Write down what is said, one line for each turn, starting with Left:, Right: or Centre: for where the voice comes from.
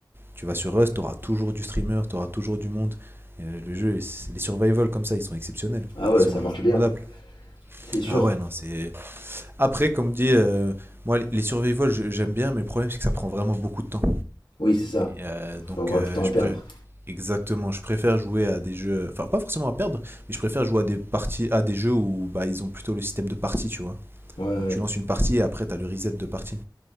Right: Tu vas sur Rust, tu auras toujours du streamer, tu auras toujours du monde. Euh, le jeu, les survival comme ça, ils sont exceptionnels.
Left: Ah ouais,
Right: Ils sont
Left: ça
Right: indémodables.
Left: marche bien. C'est sûr.
Right: Ah ouais, non, c'est. Après, comme dit, euh, moi, les- survival, j'aime bien, mais le problème, c'est que ça prend vraiment beaucoup de temps.
Left: Oui, c'est ça.
Right: Et, euh, donc,
Left: Faut avoir
Right: euh,
Left: du temps
Right: je
Left: à perdre.
Right: pré- exactement, je préfère jouer à des jeux, enfin pas forcément à perdre, mais je préfère jouer à des parties, à des jeux où bah ils ont plutôt le système de partie, tu vois.
Left: Ouais, ouais, ouais.
Right: Donc tu lances une partie et après t'as le reset de partie.